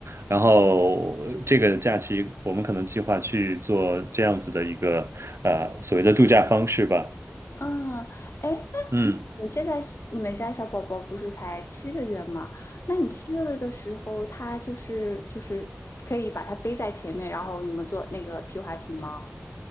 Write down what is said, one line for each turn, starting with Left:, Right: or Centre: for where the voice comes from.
Right: 然后呃这个假期我们可能计划去做这样子的一个呃所谓的度假方式吧。
Left: 啊，哎。
Right: 嗯。
Left: 你现在你们家小宝宝不是才七个月吗？那你七个月的时候，他就是就是可以把他背在前面，然后你们坐那个皮划艇吗？